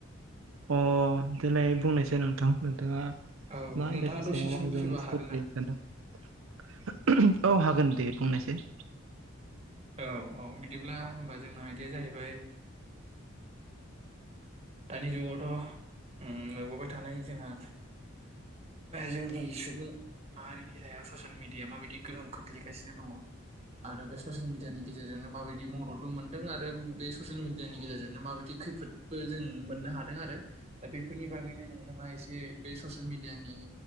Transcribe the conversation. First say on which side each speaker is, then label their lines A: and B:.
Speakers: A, on the right (about 75°); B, on the right (about 30°).
A: अ देलाय बुंनायसाय नोंथां नोंथाङा।
B: औ
A: मा
B: नोंथाङा
A: आइदानि
B: दसे
A: सायाव
B: सम
A: आंजों
B: फ्रिबा
A: सावरायलायनो
B: हागोन ना?
A: सानदों। औ हागोन दे बुंनायसाय।
B: औ औ बिदिब्ला होमबा जोंना आइदाया जाहैबाय। दानि जुगावथ' नुबोबाय थानाय जोंहा जोंनि सुबुं माहारिनि सायाव ससियेल मिडिया माबायदि गोहोम खोख्लैगासिनो दङ आरो बे ससियेल मिडियानि गेजेरजोंनो माबायदि मददबो मोनदों आरो बे ससियेल मिडियानि गेजेरजोंनो माबायदि खैफोदबो जों मोननो हादों आरो दा बेफोरनि बागैनो नोंथाङा एसे बे ससिल मिडियानि